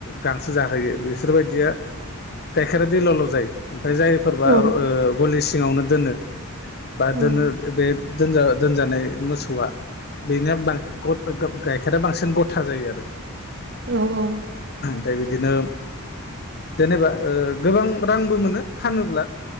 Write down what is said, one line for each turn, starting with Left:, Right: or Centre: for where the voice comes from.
Left: गांसो जाहोयो बिसोरबायदिया गाइखेरा दै लाव लाव जायो जायफोरबा
Right: औ
Left: ओ गलि सिङावनो दोनो बा
Right: औ
Left: दोनो बे दोनजा दोनजानाय मोसौआ बेना <unintelligible> गाइ खेरा बांसिन गथा जायो आरो
Right: औ औ औ
Left: फ्राय बिदिनोम जेनेबा ओ गोबां रांबो मोनो फानोब्ला